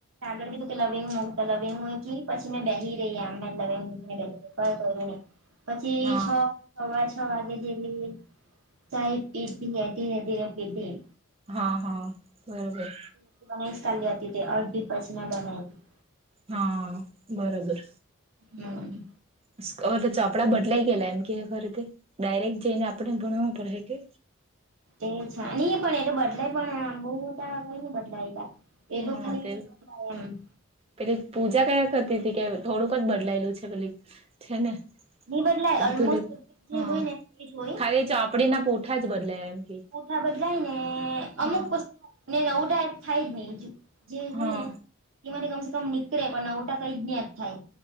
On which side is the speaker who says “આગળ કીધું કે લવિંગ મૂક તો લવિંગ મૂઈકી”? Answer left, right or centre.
Right